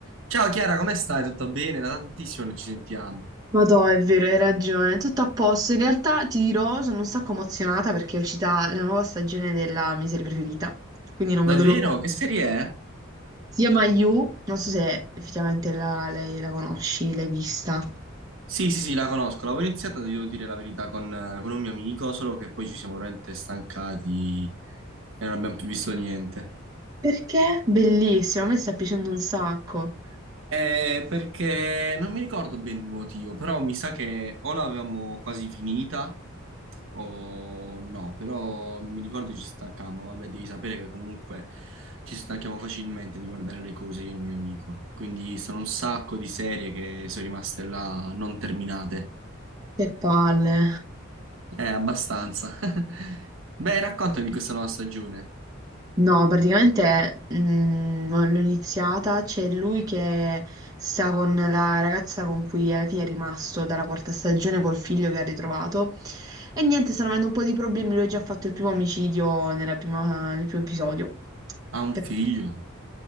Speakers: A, on the right; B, on the right.
A: Ciao Chiara, come stai? Tutto bene? Da tantissimo non ci sentiamo.
B: Ma no, è vero, hai ragione. Tutto a posto. In realtà ti dirò, sono un sacco emozionata perché è uscita la nuova stagione della mia serie preferita. Quindi non
A: Davvero?
B: vedo l'ora.
A: Che serie è?
B: Si chiama You, non so se effettivamente la, lei la conosci, l'hai vista.
A: Sì, sì, sì, la conosco. L'avevo iniziata, devo dire la verità, con, eh, con un mio amico, solo che poi ci siamo veramente stancati e non abbiamo più visto niente.
B: Perché? Bellissima, a me sta piacendo un sacco.
A: Eh, perché non mi ricordo bene il motivo, però mi sa che o l'avevamo quasi finita o no, però mi ricordo ci stancammo, vabbè, devi sapere che comunque ci stanchiamo facilmente di guardare le cose io e il mio amico, quindi sono un sacco di serie che sono rimaste là non terminate,
B: Che palle.
A: eh, abbastanza. <laughs> Beh, raccontami di questa nuova stagione.
B: No, praticamente mm, non l'ho iniziata, c'è lui che sta con la ragazza con cui alla fine è rimasto dalla quarta stagione col figlio che ha ritrovato. E niente, stanno avendo un po' di problemi, lui ha già fatto il primo omicidio nella prima- nel primo episodio.
A: Ha un
B: Per-
A: figlio?